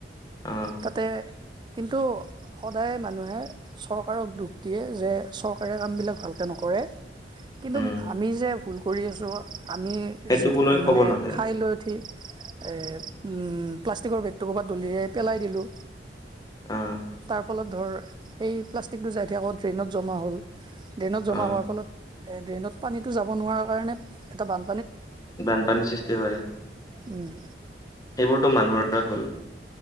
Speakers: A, on the left (about 20°); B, on the right (about 25°).
A: অ
B: তাতে কিন্তু সদায় মানুহে চৰকাৰক দোষ দিয়ে যে চৰকাৰে কাম বিলাক ভালকে নকৰে। কিন্তু
A: উম
B: আমি যে ভুল কৰি আছোঁ আমি
A: সেইটো
B: যি
A: কোনোৱে ক'ব
B: মানে
A: নাযায়
B: খাই লৈ উঠি এ, উম, প্লাষ্টিকৰ বেগটো ক'ৰবাত দলিয়াই পেলাই দিলো।
A: অ
B: তাৰ ফলত ধৰ, সেই প্লাষ্টিকটো যাইঠিয় আকৌ ড্ৰেইনত জমা হ'ল। ড্ৰেইনত জমা
A: অ
B: হোৱাৰ ফলত, এ ড্ৰেইনত পানীতটো যাব নোৱাৰা কাৰণে, এটা বান
A: বানপানীৰ সৃষ্টি হয়।
B: উম,
A: সেইবোৰতো মানুহৰে ভুল।